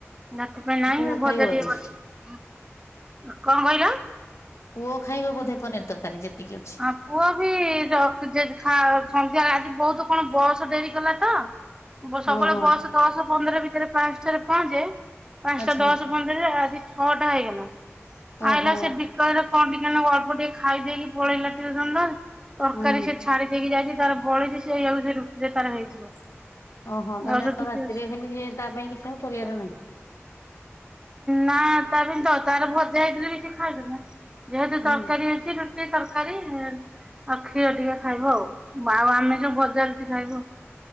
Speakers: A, on the right; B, on the left.
A: ଭାତ ନାହିଁ
B: ପୁଅ
A: ଭଜା
B: ଖାଇବ ବୋଧେ?
A: ଟିକେ ବସେଇ-କଣ କହିଲ?
B: ପୁଅ ଖାଇବ ବୋଧେ ପନିର୍ ତରକାରୀ ଯେତିକି ଅଛି।
A: ହଁ ପୁଅ ବି ଜ ଯେ ସନ୍ଧ୍ୟା ବେଳେ ଆଜି ବୋହୁତ୍ କଣ ବସ୍ ଡେରି କଲା ତ ବ ସବୁବେଳେ
B: ଓହୋ
A: ବସ୍ ଦଶ ପନ୍ଦର ଭିତରେ ପାଞ୍ଚଟାରେ ପହଁଞ୍ଚେ ପାଞ୍ଚଟା
B: ଆଚ୍ଛା
A: ଦଶ ପନ୍ଦରରେ ଆଜି ଛଅଟା ହେଇଗଲା।
B: ଓହୋ
A: ଆଇଲା ସେ କହିଲେ କଣ ଟିକେ ଅଳ୍ପ ଟିକେ ଖାଇଦେଇକି ପଳେଇଲା ଟିଉସନ ପା। ତରକାରୀ
B: ହୁଁ
A: ସେ ଛାଡି ଦେଇକି ଯାଇଛି ତାର ବଳିଛି, ସେଇଆ କୁ ସେ ରୁଟିରେ ତାର ହେଇଯିବ।
B: ଓହୋ ତାହେଲେ
A: ଆଉ ଟିକେ
B: ରାତିରେ
A: ଅଛି
B: ଖାଲି ଯିଏ ତା ପାଇଁ କିଛି ଆଉ କରିବାର ନାହିଁ।
A: ନା ତାର ଦରକାର ଭଜା ହେଇଥିଲେ ବି ସେ ଖାଇଦେବେ, ଯେହେତୁ
B: ହୁଁ
A: ତରକାରୀ ହୋଇଛି ରୁ ସେ ତରକାରୀ ଆଉ କ୍ଷୀର ଟିକେ ଖାଇବ। ମା ଆଉ ଆମେ ଯୋଉ ଭଜା ରୁଟି ଖାଇବୁ।